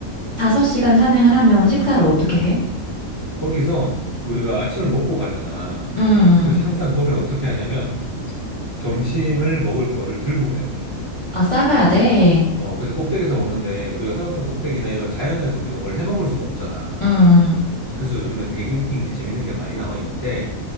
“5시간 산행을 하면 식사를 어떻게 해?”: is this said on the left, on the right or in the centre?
Left